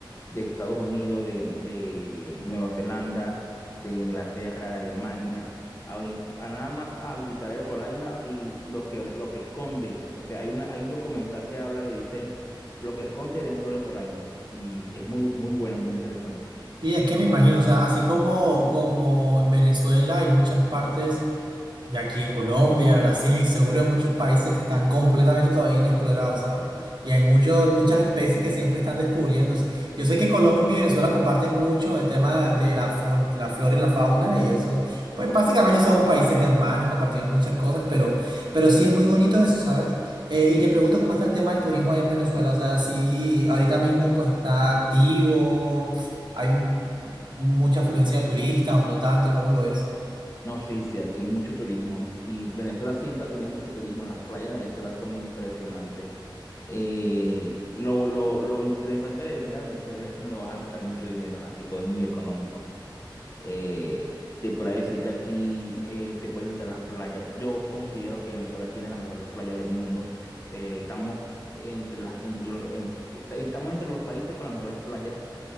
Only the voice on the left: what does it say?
de Estados Unidos, de de Nueva Zelanda de Inglaterra, de Alemania, a, a nada más a visitar el Rolaima y lo que, lo que esconde, porque hay una, hay un documental que habla que dice lo que esconde dentro del Rolaima y es muy, muy bueno, muy interesante.
No, sí, sí, aquí hay mucho turismo y Venezuela siempre ha tenido mucho turismo, las playas de Venezuela son impresionantes. Eh, lo, lo, lo interesante de venir a Venezuela es que no vas a gastar mucho dinero, aquí todo es muy económico. Eh, te podría decir que aquí eh, te puedes visitar las playas. Yo considero que Venezuela tiene las mejores playas del mundo. Eh, estamos entre las, entre los, en- estamos entre los países con las mejores playas,